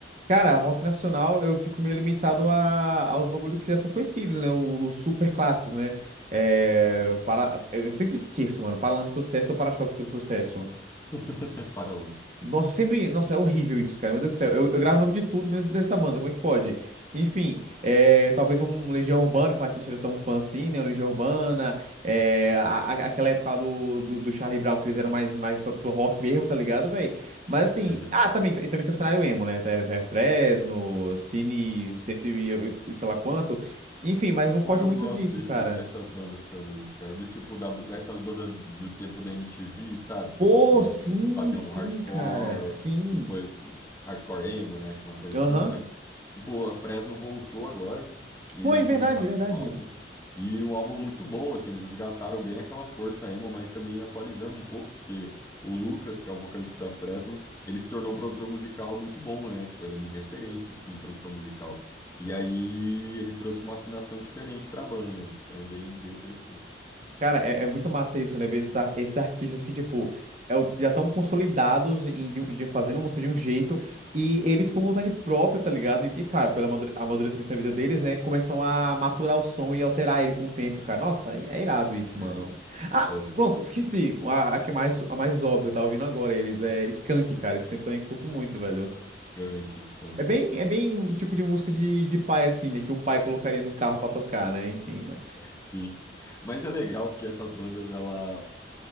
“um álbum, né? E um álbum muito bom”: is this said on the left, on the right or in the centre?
Left